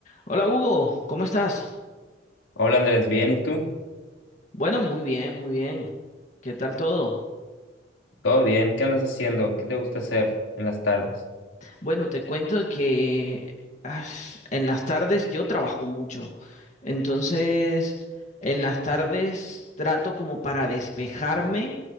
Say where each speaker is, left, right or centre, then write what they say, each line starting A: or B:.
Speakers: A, on the left; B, on the left.
A: Hola Hugo, ¿cómo estás?
B: Hola Andrés, bien, ¿y tú?
A: Bueno, muy bien, muy bien. ¿Qué tal todo?
B: Todo bien, ¿qué andas haciendo? ¿Qué te gusta hacer en las tardes?
A: Bueno, te cuento que as- en las tardes yo trabajo mucho. Entonces, en las tardes trato como para despejarme.